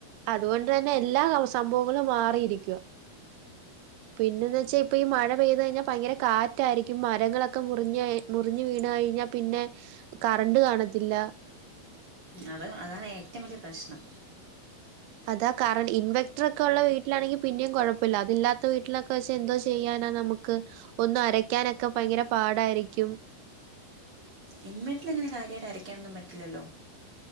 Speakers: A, on the right (about 85°); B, on the right (about 35°).
A: അതുകൊണ്ട് തന്നെ എല്ലാ സംഭവങ്ങളും മാറിയിരിക്കുവ പിന്നെന്ന് വെച്ചാ ഇപ്പ ഈ മഴ പെയ്ത് കഴിഞ്ഞാ ഭയങ്കര കാറ്റായിരിക്കും മരങ്ങളൊക്കെ മുറി മുറിഞ്ഞ് വീണ് കഴിഞ്ഞാ പിന്നെ കറണ്ട് കാണത്തില്ല
B: അത് അതാണ് ഏറ്റവും വല്ല്യ പ്രശ്നം
A: അതാ കറണ്ട് ഇൻവെക്ടർ ഒക്കെ ഒള്ള വീട്ടിലാണെങ്കി പിന്നെയും കൊഴപ്പയില്ല അതില്ലാത്ത വീട്ടിലൊക്കെ വെച്ച് എന്തോ ചെയ്യാനാ നമു- ക്ക് ഒന്ന് അരക്കാനൊക്കെ ഭയങ്കര പാടായിരിക്കും
B: ഇൻവെക്ട്ടിലങ്ങനെ കാര്യായിട്ട് അരയ്ക്കാനൊന്നും പറ്റില്ലല്ലോ?